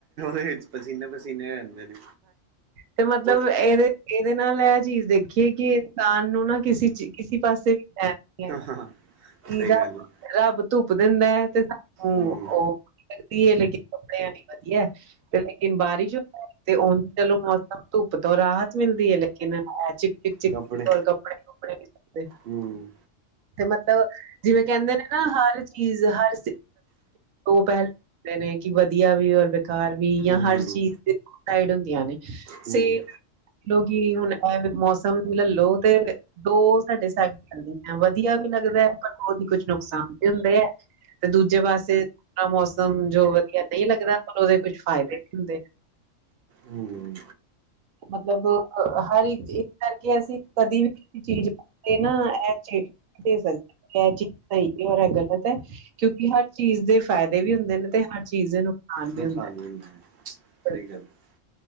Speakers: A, on the right; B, on the right.
A: ਵਿੱਚ ਪਸੀਨੋ- ਪਸੀਨੇ ਹੋ ਜਾਂਦੇ ਨੇ।
B: ਤੇ ਮਤਲਬ
A: ਉਹ
B: ਇਹਦੇ ਇਹਦੇ ਨਾਲ ਇਹ ਚੀਜ਼ ਦੇਖੀ ਏ ਕਿ ਇਨਸਾਨ ਨੂੰ ਨਾ ਕਿਸੀ ਚੀਜ, ਕਿਸੀ ਪਾਸੇ ਵੀ ਚੈਣ ਨੀ ਹੈਗਾ
A: ਹਾਂ
B: ਮੀਰਾ
A: ਸਹੀ ਗੱਲ ਹੈ
B: ਰੱਬ ਧੁੱਪ ਦਿੰਦਾ ਐ, ਤੇ ਸਾਨੂੰ
A: ਹਮ
B: ਉਹ ਲੱਗਦੀ ਏ, ਲੇਕਿਨ ਕੱਪੜਿਆਂ ਲਈ ਵਧੀਆ। ਤੇ ਲੇਕਿਨ ਬਾਰਿਸ਼ ਤੇ ਚਲੋ ਊਂਂਜ ਮੌਸਮ ਧੁੱਪ ਤੋਂ ਰਾਹਤ। ਚਿਲਦੀ ਹੈ ਲੇਕਿਨ ਹੈ, ਚਿੱਕ-ਚਿੱਕ
A: ਕੱਪੜੇ
B: ਔਰ ਕਪੜੇ- ਕੁਪੜੇ ਨੀ ਸੁਕਦੇ।
A: ਹਮ
B: ਤੇ ਮਤਲਬ ਜਿਵੇਂ ਕਹਿੰਦੇ ਨੇ- ਨਾ ਹਰ ਚੀਜ਼, ਹਰ ਉਹ ਪਹਿਲ ਦੇ ਨੇ ਕਿ ਵਧੀਆ ਵੀ ਔਰ ਬੇਕਾਰ ਵੀ, ਯਾ
A: ਹਮ
B: ਹਰ
A: ਹਮ
B: ਚੀਜ਼ ਦੇਖੋ ਦੌ ਟਾਈਡ ਹੁੰਦੀਆਂ ਨੇ ਸੇ
A: ਹਮ
B: ਮਜ ਦੋ ਕਿ ਹੁਣ ਇਹ ਮੌਸਮ ਲਲੋ ਤੇ ਦੋ ਸਾਡੇ ਸਾਈਡ ਚਲਦਿਆਂ ਵਧੀਆ ਵੀ ਲੱਗਦਾ ਹੈ ਪਰ ਉਹ ਕੁੱਛ ਨੁਕਸਾਨ ਵੀ ਹੁੰਦੇ ਐ। ਤੇ ਦੂਜੇ ਪਾਸੇ ਮੌਸਮ ਜੋ ਵਧੀਆ ਨਹੀਂ ਲੱਗਦਾ ਉਹਦੇ ਕੁੱਛ ਫਾਇਦੇ ਵੀ ਹੁੰਦੇ।
A: ਹੂੰ।
B: ਮਤਲਬ ਹਰ ਇੱਕ ਇਸ ਕਰਕੇ ਅਸੀਂ ਕਦੀ ਵੀ ਕੀ ਚੀਜ਼ ਇਹ ਨਾ, ਏਹ ਚੀਜ਼ ਸਹੀ ਔਰ ਇਹ ਗਲਤ ਹੈ। ਕਿਉਂਕਿ ਹਰ ਚੀਜ਼ ਦੇ ਫਾਇਦੇ ਵੀ ਹੁੰਦੇ ਨੇ, ਤੇ ਹਰ ਚੀਜ਼ ਦੇ ਨੁਕ ਸਾਨ ਵੀ
A: ਨੁਕਸਾਨ
B: ਹੁੰਦੇ, ਨੇ
A: ਹੁੰਦਾ ਹੈ ਸਹੀ
B: ਬਿਲਕੁੱਲ
A: ਗੱਲ ਹੈ